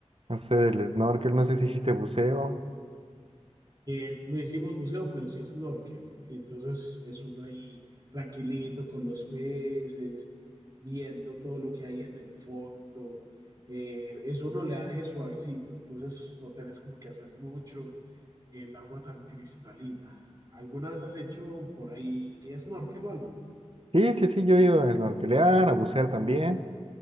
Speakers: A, on the right; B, on the right.
A: Hacer el snorkel, no sé si hiciste buceo.
B: Eh, no hicimos buceo, pero sí snorkel. Entonces es uno ahí tranquilito con los peces, viendo todo lo que hay en el fondo. Eh, es un oleaje suavecito, entonces no tenés como que hacer mucho el agua tan cristalina. ¿Alguna vez has hecho por ahí snorkel o algo?
A: Sí, sí, sí, yo he ido a snorkelear, a bucear también,